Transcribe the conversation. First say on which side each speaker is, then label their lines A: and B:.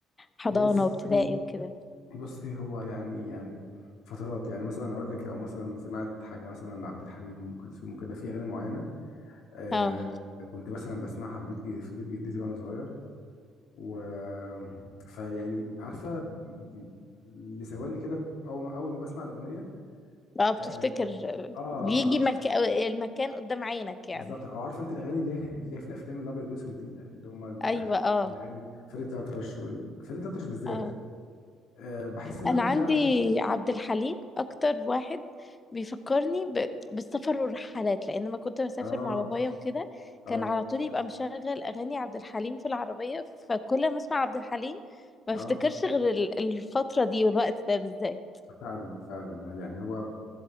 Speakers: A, on the left; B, on the left.
A: الحضانة
B: بص
A: وابتدائي وكده
B: بصي هو يعني يعني فترات يعني مثلا هقول لك لو مثلا سمعت حاجة مثلا لعبد الحليم وأم كلثوم وكده في أغاني معينة أه
A: اه
B: كنت مثلا بسمعها في بيت في بيت جدتي وأنا صغير و فيعني عارفه ب- لثواني كده اول اول ما بسمع الاغنيه
A: اه بتفتكر
B: اه, آه
A: بيجي مك... المكان قدام عينك يعني
B: بالظبط او عارفه انت الاغاني اللي هي اللي هي في الافلام الابيض واسود دي اللي هم ال-
A: أيوة اه
B: الاغاني فريد الأطرش وال... فريد الأطرش بالذات
A: اه
B: آه بحس ان
A: انا
B: انا
A: عندي
B: رجعت
A: عبد الحليم اكتر واحد بيفكرني ب... بالسفر والرحلات لان ما كنت بسافر
B: اه
A: مع بابايا وكده
B: اه
A: كان على طول يبقى مشغل اغاني عبد الحليم في العربية فكل ما اسمع عبد الحليم ما
B: اه
A: افتكرش غير ال- الفترة دي والوقت ده بالذات
B: فعلا فعلا يعني هو